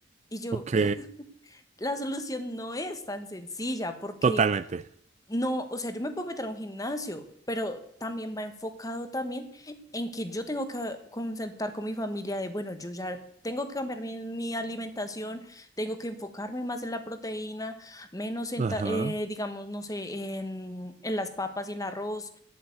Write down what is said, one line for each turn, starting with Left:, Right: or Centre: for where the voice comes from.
Left: Y yo,
Right: ok,
Left: <laughs> la solución no es tan sencilla porque
Right: totalmente.
Left: no, o sea, yo me puedo meter a un gimnasio, pero también va enfocado también en que yo tengo que concentrar con mi familia de, bueno, yo ya tengo que cambiar mi, mi alimentación, tengo que enfocarme más en la proteína, menos en,
Right: Ajá.
Left: ta- eh, digamos, no sé, en, en las papas y el arroz.